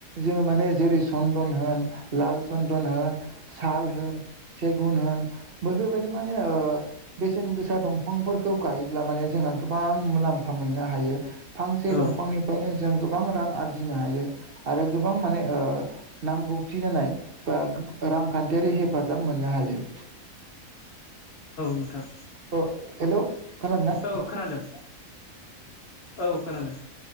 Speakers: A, on the right (about 45°); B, on the left (about 50°).
A: जोङो माने जेरै सन्दन होन लाल सन्दन होन साल होन सेगुन होन बैफोरबायदि माने ओ बेसेन गोसा दंफांफोरखौ गायोब्ला माने जोंहा गोबां मुलाम फा मोननो हायो फांसे
B: औ
A: दंफांनिफ्रायनो जों गोबां रां आरजिनो हायो आरो गोबां माने ओ नांगौथि जानाय बा रांखान्थियारि हेफाजाब मोननो हायो
B: नोंथां
A: ओ हेलौ खोनादोंना?
B: औ खोनादों औ खोनादों